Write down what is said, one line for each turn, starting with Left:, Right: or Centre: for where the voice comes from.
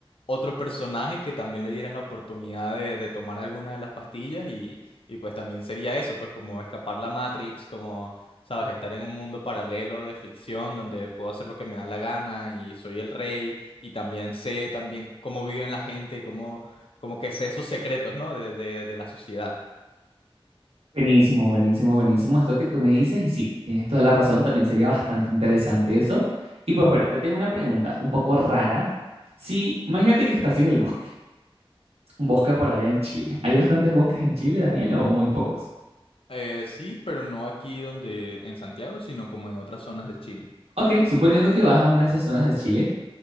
Left: otro personaje que también le dieran la oportunidad de, de tomar alguna de las pastillas y, y pues también sería eso, pues como escapar la Matrix, como, sabes, estar en un mundo paralelo de ficción donde puedo hacer lo que me da la gana y soy el rey y también sé también cómo viven la gente, cómo, como que sé esos secretos, ¿no? De, de, de la sociedad.
Right: Buenísimo, buenísimo, buenísimo. Eso que tú me dices y sí, tienes toda la razón. También sería bastante interesante eso. Y pues bueno, te tengo una pregunta un poco rara. Si, imagínate que estás en el bosque, un bosque por allá en Chile. ¿Hay bastantes bosques en Chile, Daniel, o muy pocos?
Left: Eh, sí, pero no aquí donde en Santiago, sino como en otras zonas de Chile.
Right: Ok, suponiendo que vas a una de esas zonas de Chile